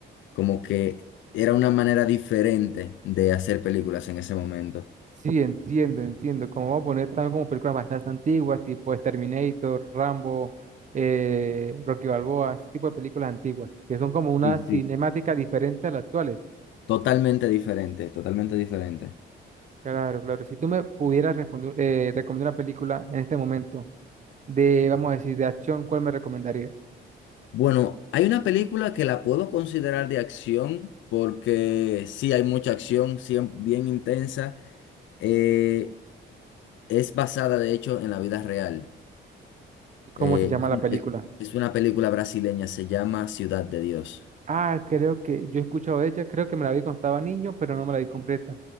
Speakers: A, on the left; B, on the right.
A: Como que era una manera diferente de hacer películas en ese momento.
B: Sí, entiendo, entiendo. Como vamos a poner también como películas bastante antiguas, tipo Terminator, Rambo, eh, Rocky Balboa, ese tipo de películas antiguas, que son como una
A: Sí,
B: cinemática
A: sí.
B: diferente a las actuales.
A: Totalmente diferente, totalmente diferente.
B: Claro, claro. Si tú me pudieras responder, eh, recomendar una película en este momento de, vamos a decir, de acción, ¿cuál me recomendarías?
A: Bueno, hay una película que la puedo considerar de acción porque sí hay mucha acción, sí, bien intensa. Eh, es basada, de hecho, en la vida real.
B: ¿Cómo
A: Eh,
B: se llama
A: es,
B: la
A: una
B: película?
A: es- es una película brasileña, se llama Ciudad de Dios.
B: Ah, creo que yo he escuchado de ella, creo que me la vi cuando estaba niño, pero no me la vi completa.